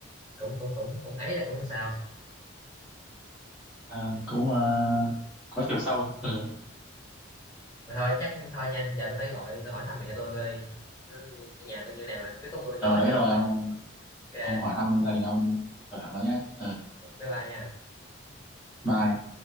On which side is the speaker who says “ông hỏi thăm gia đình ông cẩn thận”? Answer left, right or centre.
Centre